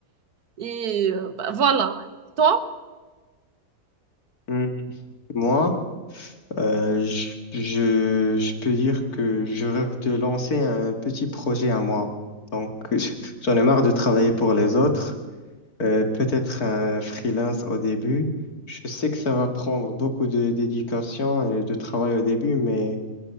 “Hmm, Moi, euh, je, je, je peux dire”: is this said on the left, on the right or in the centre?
Left